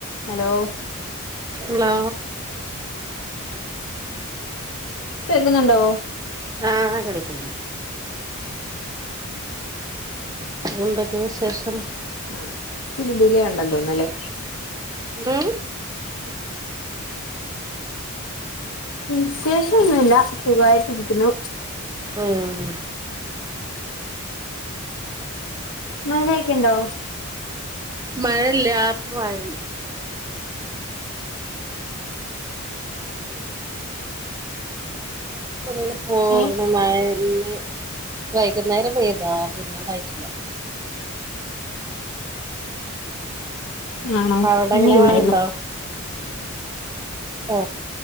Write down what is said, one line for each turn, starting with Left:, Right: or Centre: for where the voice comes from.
Left: Hello
Right: hello
Left: കേക്കുന്നുണ്ടോ
Right: അ കേൾക്കാം എന്തൊക്കെ ണ് ശേഷം
Left: അ ഇച് ലിഡെണ്ടന്ന് തോന്നുന്നുലെ
Right: ഉം
Left: വിശേഷ ഒന്നുല്ല സുഖായിട്ട്രിക്കുന്നു
Right: ഉം
Left: മഴയ്ക്കൊണ്ടോ
Right: മഴയില്ലാ ഇപ്പ മഴയില്ല ഇപ്പങ്ങനെ പോണു
Left: ഏഹ്
Right: മഴയി വൈകുന്നേരം പെയ്ത പിന്നെ ഉണ്ടായിട്ടില്ല
Left: ആണോ
Right: അവിടെ
Left: ഇന്ന്
Right: ങ്ങനെ
Left: ഇവിടായിരുന്നു
Right: മഴയുണ്ടോ അ